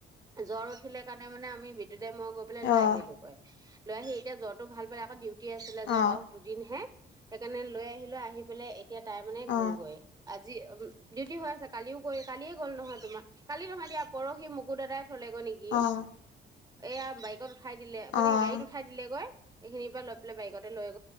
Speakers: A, on the right; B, on the left.
A: জ্বৰ উঠিলে কাৰণে মানে আমি। দেতাই মই গৈ পেলাই লৈ
B: অ',
A: আহিলো গৈ লৈ সেই এতিয়া জ্বৰটো ভাল পালে আকৌ ডিউটি আছিলে যে
B: অ',
A: অফ দুদিন হে সেইকাৰণে লৈ আহিলো আহি পেলাই। এতিয়া তাই মানে গ'লগৈ
B: অ',
A: আজি। যি উম ডিউটি হৈ আছে কালি ও কৰি কালিয়ে গ'ল নহয় তোমাৰ কালি নহয় দিয়া পৰহি মুকু দাদাই থলেগৈ নেকি
B: অ',
A: এইয়া বাইকত উঠাই দিলে মানে
B: অ',
A: গাড়ীত উঠাই দিলে গৈ এইখিনিৰ পৰা লৈ পেলাই বাইকতে লৈ গ গল